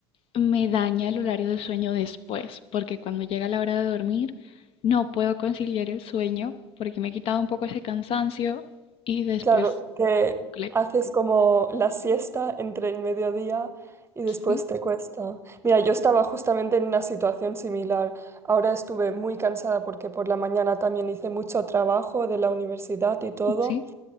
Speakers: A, on the left; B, on the right.
A: Me daña el horario de sueño después, porque cuando llega la hora de dormir no puedo conciliar el sueño porque me he quitado un poco ese cansancio y después
B: Claro, que
A: un bucle.
B: haces como la siesta entre el mediodía y después
A: Sí,
B: te cuesta. Mira, yo estaba justamente en una situación similar. Ahora estuve muy cansada porque por la mañana también hice mucho trabajo de la universidad y todo.
A: sí,